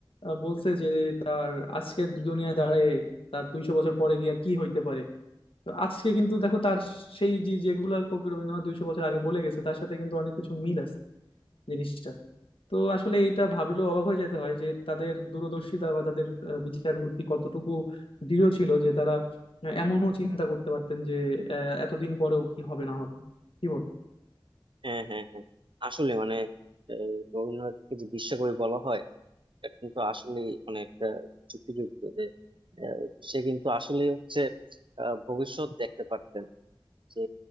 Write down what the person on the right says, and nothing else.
হ্যাঁ হ্যাঁ হ্যাঁ আসলে মানে এই রবীন্দ্রনাথকে যে বিশ্বকবি বলা হয় এটা কিন্তু আসলে অনেক আহ, যুক্তিযুক্ত যে আহ, সে কিন্তু আসলে হচ্ছে আহ, ভবিষ্যৎ দেখতে পারতেন যে